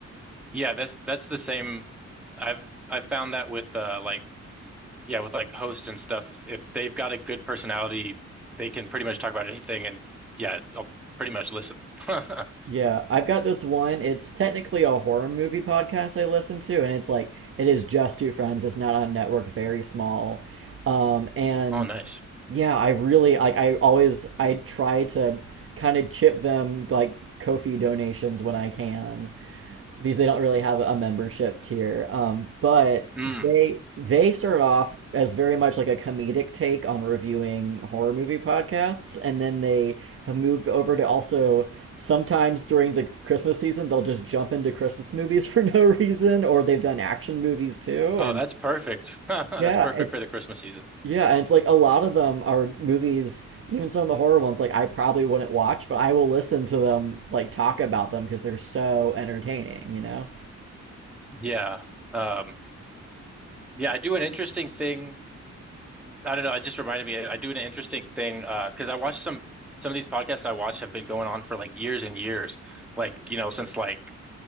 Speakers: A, in the centre; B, on the right.
A: Yeah, that's that's the same. I've I've found that with uh like yeah, with like hosts and stuff, if they've got a good personality, they can pretty much talk about anything and yeah, I'll pretty much listen. <laughs>
B: Yeah, I've got this one. It's technically a horror movie podcast I listen to, and it's like it is just two friends. It's not on network, very small. Um, and
A: Oh, nice.
B: yeah, I really like. I always I try to kind of chip them like Kofi donations when I can because they don't really have a membership tier. Um, but
A: Mm.
B: they they start off as very much like a comedic take on reviewing horror movie podcasts, and then they have moved over to also sometimes during the Christmas season they'll just jump into Christmas movies <laughs> for no reason, or they've done action movies too,
A: Oh,
B: and
A: that's perfect. <laughs> That's
B: yeah,
A: perfect
B: it
A: for the Christmas season.
B: yeah, and it's like a lot of them are movies. Even some of the horror ones, like I probably wouldn't watch, but I will listen to them like talk about them because they're so entertaining, you know.
A: Yeah. Um, yeah, I do an interesting thing. I don't know, it just reminded me I do an interesting thing uh, because I watch some some of these podcasts I watch have been going on for like years and years. Like, you know, since like